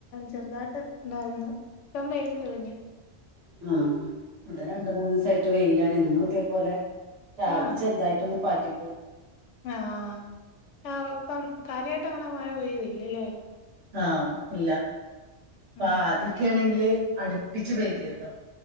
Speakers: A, on the left; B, on the right.
A: ചെറുതായിട്ട് ഉണ്ടായിരുന്നു. ഇപ്പം വെയില് കളിഞ്ഞു
B: ആ ഇവിടെ രണ്ട മൂന്ന് സൈഡ ട്ട് വെയിലാണ് എന്നുതേപോലെ രാവിലെ
A: ആഹ്
B: ചെറുതായിട്ടൊന്ന് പാറ്റിപ്പോയി
A: ആഹ് ആഹ് പ്പം കാര്യായിട്ട് അങ്ങനെ മഴ പെയ്തില്ലല്ലേ
B: ആഹ് ഇല്ല
A: ഉം
B: പാദ്യക്കെയാണെങ്കില് അടുപ്പിച്ച് പെയ്തിര്ന്നു